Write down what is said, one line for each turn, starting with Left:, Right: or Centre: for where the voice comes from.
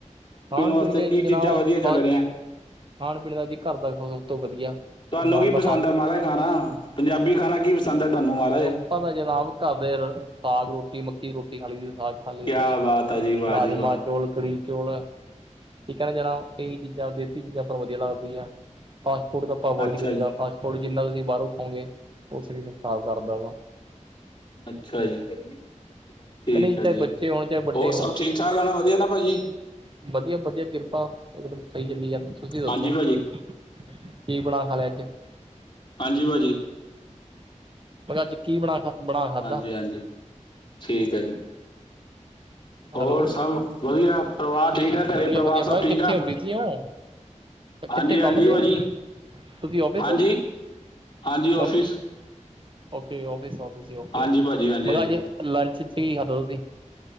Right: ਖਾਣ
Left: ਵਾਸਤੇ
Right: ਪੀਣ ਤੇ
Left: ਕੀ
Right: ਜਨਾ
Left: ਚੀਜ਼ਾਂ ਵਧੀਆ ਚੱਲ
Right: ਫਾਸਟ
Left: ਰਹੀਆਂ
Right: ਖਾਣ ਪੀਣ ਦਾ ਜੀ ਘਰ ਦਾ ਸਭ ਤੋਂ ਵਧੀਆ
Left: ਤੁਹਾਨੂੰ
Right: ਬਾਰਲਾ
Left: ਕੀ ਪਸੰਦ
Right: ਪਾ
Left: ਆ ਮਹਾਰਾਜ ਖਾਣਾ ਪੰਜਾਬੀ ਖਾਨਾ ਕੀ ਪਸੰਦ ਐ ਤੁਹਾਨੂੰ ਮਹਾਰਾਜ?
Right: ਆਪਾਂ ਤੇ ਜਾਂਆਬ ਘਰ ਦੇ ਸਾਗ ਰੋਟੀ ਮੱ ਮੱਕੀ ਦੀ ਰੋਟੀ ਖਾ ਲਈ, ਸਾਗ ਖਾ ਲਈ
Left: ਕਿਆ
Right: ਦੀ ਆ,
Left: ਬਾਤ ਜੀ ਵਾਹ
Right: ਰਾਜਮਾਂ-ਚੋਲ
Left: ਜੀ ਵਾਹ
Right: ਕੜੀ ਚੋਲ ਠੀਕ ਐ ਨਾ ਜਣਾ ਕਈ ਚੀਜ਼ਾਂ ਦੇਸੀ ਆਪਾਂ ਨੂੰ ਵਧੀਆ ਲੱਗਦੀ ਆ। ਫਾਸਟ ਫੂਡ ਤਾਂ ਆਪਾਂ ਅਵੋਇਡ
Left: ਅੱਛਾ
Right: ਕਰੀਦਾ,
Left: ਜੀ
Right: ਫਾਸਟ ਫੂਡ ਜਿੰਨਾ ਤੁਸੀਂ ਬਾਰੋਂ ਖਓਗੇ ਓ ਸਰੀਰ ਨੂੰ ਖਰਾਬ ਕਰਦਾ ਹੈਗਾ।
Left: ਅੱਛਾ ਜੀ। ਠੀਕ
Right: ਕਹਿੰਦੇ
Left: ਐ
Right: ਚਾਹੇ
Left: ਜੀ,
Right: ਬੱਚੇ ਹੋਣ ਚਾਹੇ ਵੱਡੇ
Left: ਹੋਰ ਸਭ ਠੀਕ ਠਾਕ ਆ ਨਾ ਵਧੀਆ ਨਾ ਭਾਜੀ?
Right: ਵਧੀਆ-ਵਧੀਆ ਕਿਰਪਾ ਓਦੇ ਸਈ ਚੱਲੀ ਜਾਂਦੇ ਤੁਸੀਂ ਦੱਸੋ,
Left: ਹਾਂਜੀ ਭਾਜੀ
Right: ਕੀ ਬਣਾ ਖਾ ਲਿਆ ਅੱਜ?
Left: ਹਾਂਜੀ ਭਾਜੀ।
Right: ਫੇਰ ਅੱਜ ਕੀ ਬਣਾ ਖਾ ਬਣਾ ਖਾਧਾ
Left: ਹਾਂਜੀ-ਹਾਂਜੀ, ਠੀਕ ਐ ਜੀ। ਹੋਰ
Right: ਹੈਲੋ
Left: ਸਭ ਵਧੀਆ, ਪਰਿਵਾਰ ਠੀਕ ਐ ਘਰੇ,
Right: ਵਧੀਆ
Left: ਪਰਿਵਾਰ
Right: ਵਧੀਆ
Left: ਸਭ ਠੀਕ ਆ?
Right: <unintelligible> ਤੇ ਕਿੱਥੇ
Left: ਹਾਂਜੀ
Right: ਕੰਮ
Left: ਹਾਂਜੀ
Right: ਤੇ
Left: ਭਾਜੀ
Right: ਓ, ਤੁਸੀਂ ਔਫੀਸ
Left: ਹਾਂਜੀ
Right: ਓ?
Left: ਹਾਂਜੀ
Right: ਬਾ
Left: ਆਫਿਸ
Right: ਓਕੇ ਔਫੀਸ, ਔਫੀਸ ਜੀ ਓਕੇ,
Left: ਹਾਂਜੀ ਭਾਜੀ
Right: ਮੈਂ
Left: ਹਾਂਜੀ ਹਾਂਜੀ
Right: ਕਿਹਾ ਅੱਜ ਲੰਚ 'ਚ ਕੀ ਖਾਧਾ ਤੁਸੀਂ?